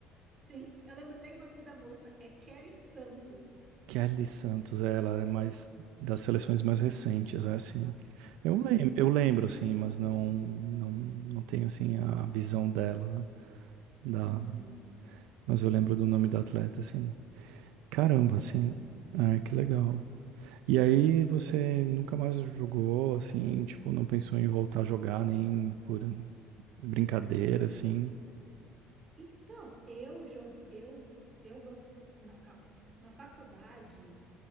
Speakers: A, on the right; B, on the right.
A: Sim, eu lembrei o nome da moça, é Kelly Santos.
B: Kelly Santos, é, ela é mais das seleções mais recentes, é assim. Eu
A: Uhum,
B: lembro, eu lembro assim, mas não, não, não tenho assim a visão dela da,
A: uhum,
B: mas eu lembro do nome da atleta assim. Caramba, assim.
A: sim.
B: Ah, que legal. E aí você nunca mais jogou assim, tipo, não pensou em voltar a jogar nem por brincadeira assim?
A: Então, eu joguei, eu, eu gos- Não, calma. Na faculdade,